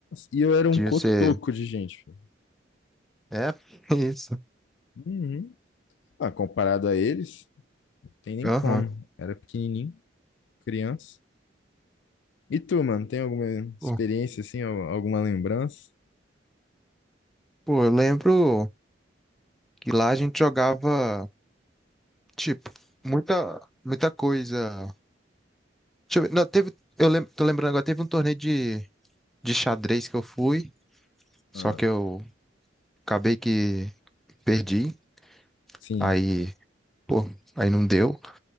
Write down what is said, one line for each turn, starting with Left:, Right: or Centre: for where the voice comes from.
Left: E eu era um
Centre: Devia
Left: cotoco
Centre: ser.
Left: de gente, filho.
Centre: É, <laughs> isso.
Left: Uhum. Ah, comparado a eles, não tem nem
Centre: Aham.
Left: como. Era pequenininho, criança. E tu, mano, tem alguma experiência
Centre: Pô,
Left: assim, al- alguma lembrança?
Centre: pô, eu lembro que lá a gente jogava, tipo, muita, muita coisa. Deixa eu ver. Não, teve, eu lem- tô lembrando agora, teve um torneio de, de xadrez que eu fui, só
Left: Ah,
Centre: que eu acabei que perdi,
Left: sim.
Centre: aí, pô, aí não deu.